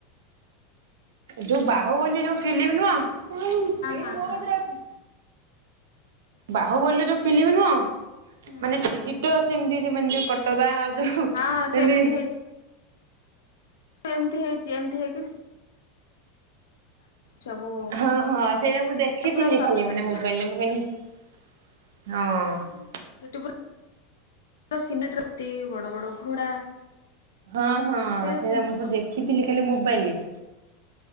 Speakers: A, on the right (about 80°); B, on the left (about 85°).
A: ଯୋଉ ବାହୁ ବୋଲି ଯୋଉ ଫିଲ୍ମ ନୁହଁ। ହଁ ଏଇଡିିିନ
B: ହଁ
A: ହୋଗଦ୍ର
B: ହଁ
A: ଆଛି। ବାହୁ ବୋଲିୋଲୁ ତୋ ପିଲିବି ନୁହଁ।
B: ହୁଁ ହୁଁ।
A: ମାନେ ଦଟ ସେମତି ସେ ମ ଯୋଉ କଟବା ଆଉ ଯୋଉ
B: ହଁ ସେମିତି
A: ଏମତି
B: ଏମତି ହେଇଛି ଏମତି ହେଇକି ସବୁ
A: ହଁ ହଁ ସେଇଟା ମୁଁ ଦେଖିଥିଲି
B: ପୁରା ଶତ
A: ଖାଲି
B: ଶତିକା
A: ମାନେ ମୋବାଇଲରେ ମୁଁ କହିଲି ହଁ
B: ସେଠୁରିନ ବଡ ବଡ ଘୋଡା
A: ହଁ
B: କେତେ
A: ହଁ ସେଇଟା
B: ସୁନ୍ଦର
A: ମୁଁ ସବୁ ଦେଖିଥିଲି ଖାଲି ମୁ ବଲିି